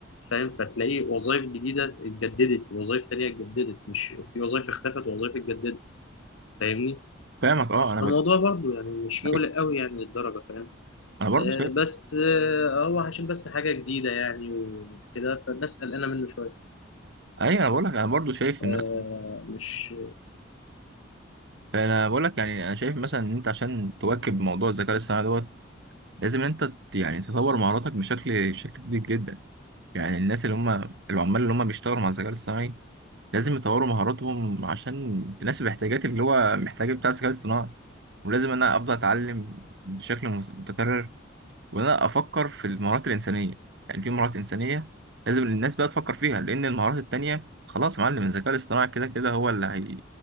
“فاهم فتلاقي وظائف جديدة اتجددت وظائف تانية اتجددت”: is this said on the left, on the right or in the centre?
Left